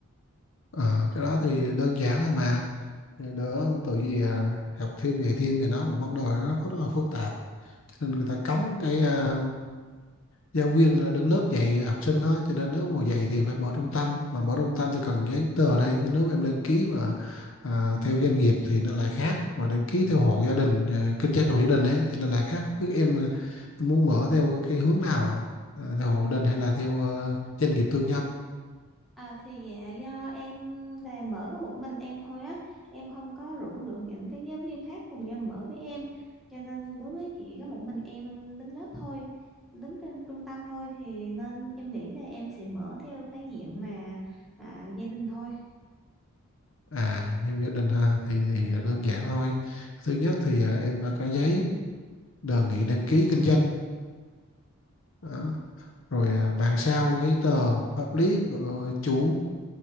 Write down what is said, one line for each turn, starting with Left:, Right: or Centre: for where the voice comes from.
Left: Ờ, cái đó thì đơn giản thôi mà Thì đỡ tự gì à, học thêm dạy thêm thì nó cũng vấn đề nó phức- rất là phức tạp cho nên người ta cấm cái à, giáo viên ờ, đứng lớp dạy học sinh đó cho nên nếu mà dạy thì phải mở trung tâm mà mở trung tâm thì cần giấy tờ ở đây Thế nếu em đăng ký mà à, theo doanh nghiệp thì nó lại khác mà đăng ký theo hộ gia đình à, kinh doanh hộ gia đình ấy thì nó lại khác không biết em, à, em muốn mở theo cái hướng nào à, à theo hộ gia đình hay là theo à, doanh nghiệp tư nhân
Centre: À, thì dạ do em là mở có một mình em thôi á em không có rủ được những cái giáo viên khác cùng nhau mở với em cho nên đối với chị có một mình em đứng lớp thôi đứng trên trung tâm thôi thì nên em nghĩ là em sẽ mở theo cái diện mà à, gia đình thôi
Left: À, theo gia đình ha thì thì đơn giản thôi. Thứ nhất thì à, em phải có giấy đề nghị đăng ký kinh doanh đó. Rồi à, bàn sao giấy tờ pháp lý của chủ